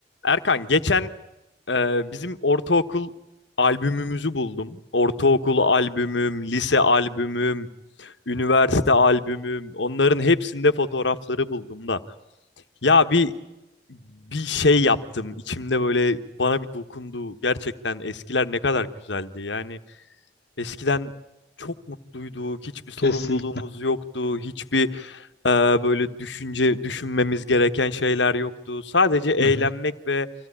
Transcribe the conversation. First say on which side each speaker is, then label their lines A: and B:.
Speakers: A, on the left; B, on the left.
A: Erkan geçen e, bizim ortaokul albümümüzü buldum. Ortaokul albümüm, lise albümüm, üniversite albümüm. Onların hepsinde fotoğrafları buldum da. Ya bir bir şey yaptım. İçimde böyle bana bir dokundu. Gerçekten eskiler ne kadar güzeldi. Yani Eskiden çok mutluyduk, hiçbir sorumluluğumuz
B: Kesin.
A: yoktu, hiçbir e, böyle düşünce düşünmemiz gereken şeyler yoktu. Sadece eğlenmek
B: Hı hı.
A: ve